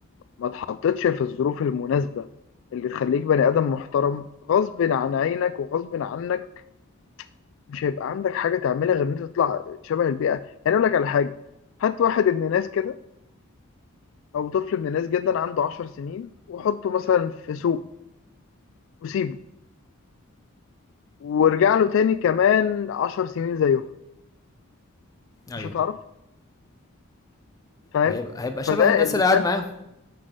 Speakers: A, on the left; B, on the left.
A: ما اتحطتش في الظروف المناسبه اللي تخليك بني ادم محترم غصب عن عينك وغصب عنك مش هيبقى عندك حاجه تعملها غير ان انت تطلع شبه البيئه يعني اقول لك على حاجه هات واحد ابن ناس كده او طفل ابن ناس جدا عنده عشر سنين وحطه مثلا في سوق وسيبه وارجع له تاني كمان عشر سنين زيهم
B: ايوه
A: مش هتعرف فاهم
B: ما هيبقى هيبقى شبه
A: فده
B: الناس
A: اللي
B: اللي قاعد
A: كان
B: معاهم